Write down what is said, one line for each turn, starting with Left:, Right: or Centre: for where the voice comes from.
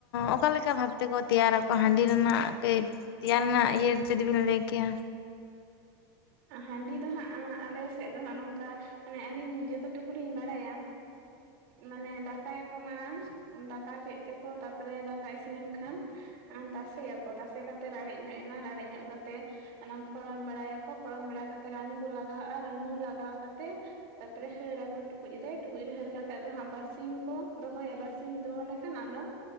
Left: ᱚᱠᱟᱞᱮᱠᱟ ᱵᱷᱟᱵ ᱛᱮᱠᱚ ᱛᱮᱭᱟᱨᱟᱠᱚ ᱦᱟᱺᱰᱤ ᱨᱮᱱᱟᱜ ᱠᱟᱹᱡ ᱛᱮᱭᱟᱨ ᱨᱮᱱᱟᱜ ᱤᱭᱟᱹ ᱡᱩᱫᱤ ᱵᱤᱱ ᱞᱟᱹᱭ ᱠᱮᱭᱟ᱾
Right: ᱦᱟᱺᱰᱤ ᱫᱚ ᱦᱟᱸᱜ ᱟᱸ ᱟᱞᱮ ᱥᱮᱫ ᱫᱚ ᱦᱟᱸᱜ ᱱᱚᱝᱠᱟ ᱢᱟᱱᱮ ᱟᱹᱞᱤᱧ ᱡᱚᱛ ᱴᱩᱠᱩ ᱞᱤᱧ ᱵᱟᱲᱟᱭᱟ᱾ ᱢᱟᱱᱮ ᱫᱟᱠᱟᱭᱟᱠᱚ ᱢᱟᱲᱟᱝ᱾ ᱫᱟᱠᱟ ᱠᱮᱫ ᱛᱮᱠᱚ ᱛᱟᱨᱯᱚᱨᱮ ᱫᱟᱠᱟ ᱤᱥᱤᱱᱮᱱ ᱠᱷᱟᱱ ᱟᱸ ᱛᱟᱥᱮᱭᱟᱠᱚ᱾ ᱛᱟᱥᱮ ᱠᱟᱛᱮ ᱨᱟᱲᱮᱡ ᱧᱚᱜ ᱮᱱᱟ᱾ ᱨᱟᱲᱮᱡ ᱧᱚᱜ ᱠᱟᱛᱮ ᱚᱱᱟ ᱯᱷᱚᱲᱚᱱ ᱵᱟᱲᱟᱭᱟᱠᱚ᱾ ᱯᱷᱚᱲᱚᱱ ᱵᱟᱲᱟ ᱠᱟᱛᱮ ᱨᱟᱹᱱᱩ ᱠᱚ ᱞᱟᱜᱟᱣᱟᱜᱼᱟ᱾ ᱨᱟᱹᱱᱩ ᱞᱟᱜᱟᱣ ᱠᱟᱛᱮ ᱛᱟᱯᱚᱨᱮ ᱦᱟᱹᱨᱟᱠᱚ ᱠᱚ ᱴᱩᱠᱩᱡ ᱨᱮ᱾ ᱴᱩᱠᱩᱡ ᱨᱮ ᱦᱟᱹᱨ ᱠᱟᱛ ᱛᱮ ᱟᱫᱚ ᱦᱟᱸᱜ ᱵᱟᱨᱥᱤᱧ ᱠᱚ ᱫᱚᱦᱚᱭᱟ᱾ ᱵᱟᱨᱥᱤᱧ ᱫᱚᱦᱚ ᱞᱮᱠᱷᱟᱱ ᱟᱫᱚ